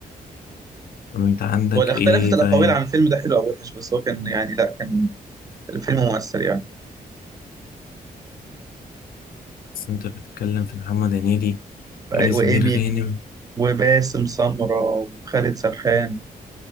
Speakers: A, on the left; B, on the right.
A: طب انت عندك
B: هو اختلفت
A: ايه
B: الاقاويل
A: طيب
B: عن الفيلم ده حلو او وحش بس هو كان يعني لا كان الفيلم مؤثر يعني
A: بس انت بتتكلم في محمد هنيدي إيمي
B: وايمي
A: سمير غانم
B: وباسم سمرة وخالد سرحان